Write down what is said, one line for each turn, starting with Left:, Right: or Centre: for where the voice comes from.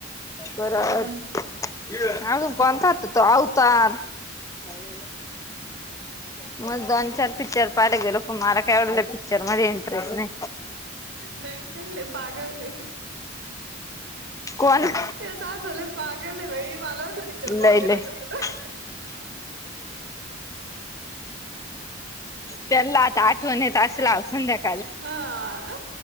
Left: परत
Right: हम्म
Left: अजून कोणता होता तो... आवतार... काय झालं मस दोन चार पिक्चर पाहायला गेलो... पण मला काय.. <unintelligible> पिक्चर मध्ये इंटरेस्ट नई
Right: इंटरेस्ट नई का... लई पागल ए
Left: कोण?
Right: तेच असं लई पागल ए बई... माला म्हणतं पिक्चर पाहू
Left: लय
Right: दिला
Left: लय
Right: का तुला?
Left: <unintelligible> त्यांना आता आठ वन येत असला... संध्याका
Right: हा...